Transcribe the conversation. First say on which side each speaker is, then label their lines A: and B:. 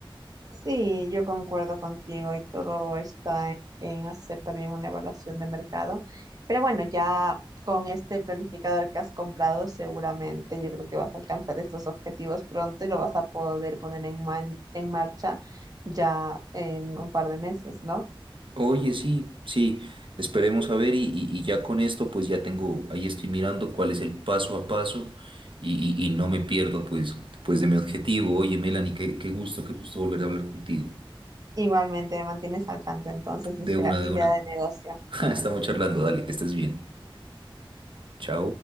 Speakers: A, on the right; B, on the right.
A: Sí, yo concuerdo contigo y todo está en, en hacer también una evaluación de mercado. Pero bueno, ya con este planificador que has comprado, seguramente yo creo que vas a alcanzar estos objetivos pronto y lo vas a poder poner en, man- en marcha ya en un par de meses, ¿no?
B: Oye, sí, sí, esperemos a ver y, y- y ya con esto pues ya tengo, ahí estoy mirando cuál es el paso a paso y, y- y no me pierdo pues, pues de mi objetivo. Oye, Melanie, qué, qué gusto, qué gusto volver a hablar contigo.
A: Igualmente me mantienes al tanto entonces
B: De
A: de esa
B: una, de
A: idea
B: una.
A: de negocio.
B: <laughs> Estamos charlando, dale, que estés bien. Chao.